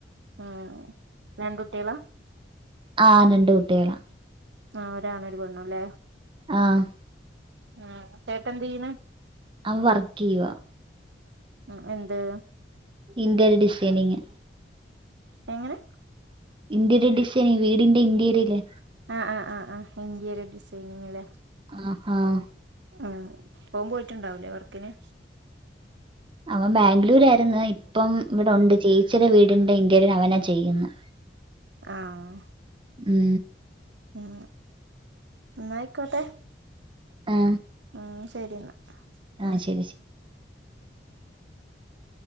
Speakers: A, on the right; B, on the right.
A: ആഹ് രണ്ടുട്ടികളാ
B: ആ രണ്ട് കുട്ടികളാണ്
A: ആഓരാണ് ഒരു പെണ്ണ് അല്ലേ
B: ആഹ്
A: ഉം ചേട്ടെന്തീയ് ണ്
B: അവൻ വർക്ക് ചെയ്യുവ
A: ഉം എന്ത്
B: ഇന്റീരിയർ ഡിസൈനിങ്
A: എങ്ങനെ
B: ഇന്റീരിയർ ഡിസൈനി വീടിന്റെ ഇന്റീരിയല്ലേ
A: ആഹ് ആഹ് ആഹ് ഇന്റി രിയർ ഡിസൈനിങ്ല്ലേ
B: ആഹ് ആഹ്
A: ഉം ഓൻ പോയിട്ടുണ്ടാവൂലേ വർക്കിന്
B: അവൻ ബാംഗ്ലൂരാ രുന്നു ഇപ്പം ഇവിടെ ഉണ്ട് ചേയിച്ചിടെ വീടുണ്ട് ഇന്റിറിയല് അവനാ ചെയ്യുന്നു
A: ആഹ്
B: ഉം
A: ഉം ന്നായിക്കോട്ടെ
B: ആ
A: ഉം ശരി എന്നാ
B: ആ
A: ഉം
B: ശരി ശരി